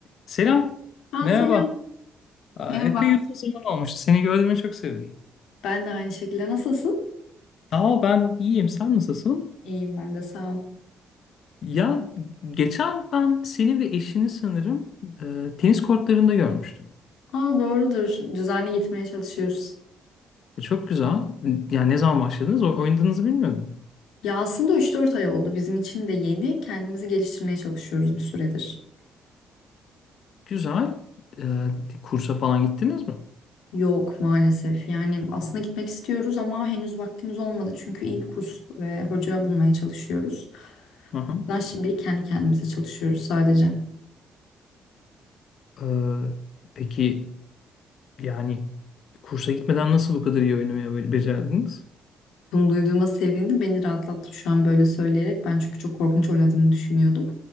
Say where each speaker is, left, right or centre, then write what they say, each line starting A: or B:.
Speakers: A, on the left; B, on the left.
A: Selam,
B: Ha
A: merhaba.
B: selam.
A: Aa,
B: Merhaba.
A: Epey uzun zaman olmuştu. Seni gördüğüme çok sevindim.
B: Ben de aynı şekilde. Nasılsın?
A: Sağ ol, ben iyiyim. Sen nasılsın?
B: İyiyim ben de sağ ol.
A: Ya geçen ben seni ve eşini sanırım e, tenis kortlarında görmüştüm.
B: Aa doğrudur. Düzenli gitmeye çalışıyoruz.
A: E, çok güzel. Yani ne zaman başladınız? O- Oynadığınızı bilmiyordum.
B: Ya aslında 3-4 ay oldu. Bizim için de yeni. Kendimizi geliştirmeye çalışıyoruz bir süredir.
A: Güzel. E, kursa falan gittiniz mi?
B: Yok maalesef. Yani aslında gitmek istiyoruz ama henüz vaktimiz olmadı. Çünkü iyi bir kurs ve hoca bulmaya çalışıyoruz.
A: Hı hı.
B: Ben şimdilik kendi kendimize çalışıyoruz sadece.
A: E, peki yani kursa gitmeden nasıl bu kadar iyi oynamayı becerdiniz?
B: Bunu duyduğuma sevindim. Beni rahatlattı şu an böyle söyleyerek. Ben çünkü çok korkunç oynadığımı düşünüyordum.